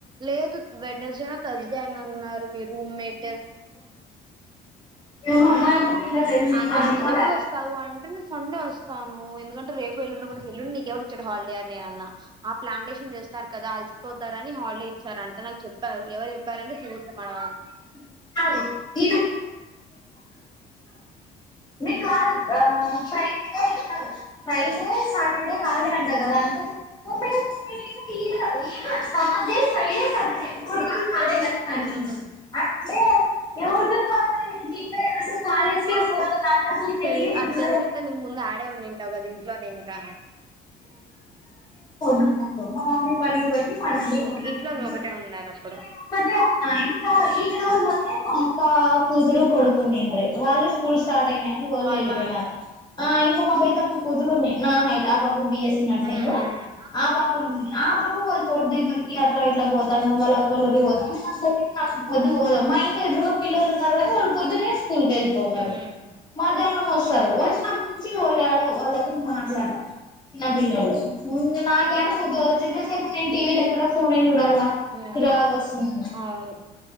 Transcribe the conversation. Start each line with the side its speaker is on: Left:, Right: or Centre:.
Right: లేదు వెన్స్ డే తస్స్ డే అని అన్నారు మీ రూమ్మేట్ అ
Left: ఏమో నాకు కూడా ఇంకా తెలీదు నేను
Right: అనింది
Left: కనుక్కోలే
Right: ఎప్పుడు వస్తావు అంటే నేను సండే వస్తాను ఎందుకంటే రేపు ఎల్లుండి కూడా ఎల్లుండి నీకెవ చ్చుడు హాలిడే అని అన్నా ఆ ప్లాంటేషన్ చేస్తారు కదా అలసిపోతారని హాలిడే సార్ అంటే నాకు చెప్పారు ఎవరు చెప్పారంటే శిరీష మేడమ్
Left: <unintelligible> మీకు కాద్ ఫ్రైడే కాద్ ఫ్రైడే సాటర్డే హాలిడే అంటా కదా అంటే <unintelligible> థాస్డే ఫ్రైడే స్టాడే అంటే
Right: ఉమ్మ్
Left: <inaudible> కాలేజ్ కే పోత అసలు నీకు తెలియదు
Right: తెలీదు. అది తెలిసింటే నువ్వు ముందు ఆడే ఉండింటావు కదా ఇంట్లోనే ఇంకా
Left: <unintelligible> మా మమ్మీ పనికి పోయిది <unintelligible>
Right: ఓకే ఇంట్లో నువ్వు ఒకటే ఉండాలి అప్పుడు
Left: ఒకటే ఉందా ఇంకా మా అక్క కూతురు కొడుకు ఉండ్నిరి వాళ్ళు స్కూల్స్ స్టార్ట్ అయినాయని వదిలి
Right: వాళ్ళు
Left: ఎలిపోయినారు ఆ ఇంకా మా పెద్దమ్మ కూతురు ఉన్ని నా హైట్ ఆ పా బి ఎ స్సీ నర్సింగ్
Right: మ్మ్
Left: ఆ పాపా ఉండింది ఆ పాపా వాళ్ళు చోటు దగ్గరకి అట్లా ఇట్లా పో తను వాళ్ళ <unintelligible> మా ఇంటి ఎదురుగా పిల్లలు ఉన్నారు కదా వాళ్ళు పొద్దునే స్కూల్ కెళ్ళిపోతారు
Right: మ్మ్
Left: మధ్యానం తోస్తారు వచ్చినప్పుడు నుంచి <inaudible> వాళ్ళు అసలు మాట్లాడరు చిన్న పిల్లోళ్ళు ఊ నాకేడ పొద్దు <inaudible> నేను టీ వీ దగ్గరే ఫోనే జూ టోలా
Right: మ్మ్
Left: చిరాకొస్తుంది
Right: అవును